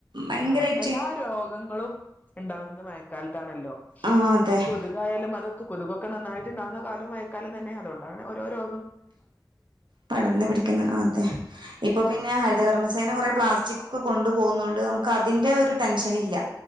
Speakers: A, on the right (about 80°); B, on the left (about 20°).
A: ഭയങ്കരായിട്ട്
B: ആഹ് എല്ലാ രോഗങ്ങളും ഉണ്ടാവുന്നത് മഴക്കാലത്താണല്ലോ
A: ആഹ് അതെ
B: ഈ കൊതുകായാലും അതൊക്കെ കൊതുകൊക്കെ നന്നായിട്ട് ഉണ്ടാവുന്ന <unintelligible> കാലം മഴക്കാലും തന്നെ അതോണ്ടാണ് ഓരോ രോ
A: പടർന്നു പിടിക്കുന്നു അതെ ഇപ്പ പിന്നെ ഹരിതകർമ്മസേന കൊറെ പ്ലാസ്റ്റിക് ഒക്കെ കൊണ്ടു പോകുന്നൊണ്ട് നമുക്ക് അതിന്റെ ഒരു ടെൻഷൻ ഇല്ല.